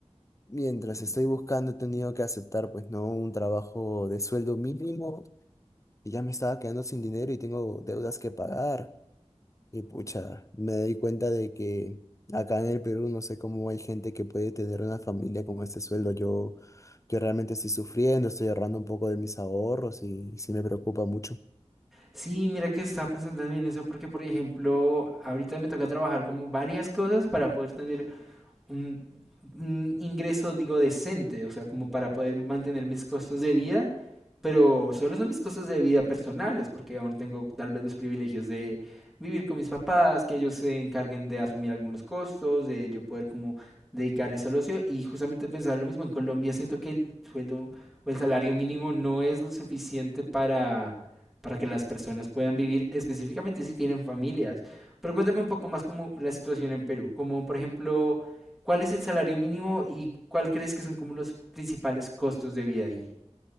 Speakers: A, on the left; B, in the centre.
A: mientras estoy buscando he tenido que aceptar pues no un trabajo de sueldo mínimo y ya me estaba quedando sin dinero y tengo deudas que pagar y pucha, me doy cuenta de que acá en el Perú no sé cómo hay gente que puede tener una familia con este sueldo. Yo, yo realmente estoy sufriendo, estoy ahorrando un poco de mis ahorros y, y sí me preocupa mucho.
B: Sí, mira que estaba pensando también eso porque, por ejemplo, ahorita me toca trabajar como varias cosas para poder tener un, un ingreso, digo, decente, o sea, como para poder mantener mis costos de vida, pero solo son mis costos de vida personales, porque aún tengo tal vez los privilegios de vivir con mis papás, que ellos se encarguen de asumir algunos costos, de yo poder como dedicar eso al ocio y justamente pensar lo mismo, en Colombia siento que el sueldo o el salario mínimo no es lo suficiente para para que las personas puedan vivir específicamente si tienen familias. Pero cuéntame un poco más como la situación en Perú, como por ejemplo ¿Cuál es el salario mínimo y cuál crees que son como los principales costos de vida ahí?